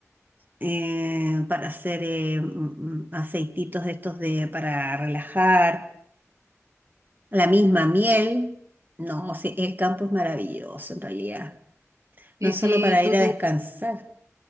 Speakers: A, on the right (about 40°); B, on the right (about 80°).
A: eh, para hacer eh, mm, mm, aceititos de estos de, para relajar, la misma miel. No, sí, el campo es maravilloso en realidad, no
B: Y
A: solo
B: si
A: para
B: tú,
A: ir a
B: tú,
A: descansar.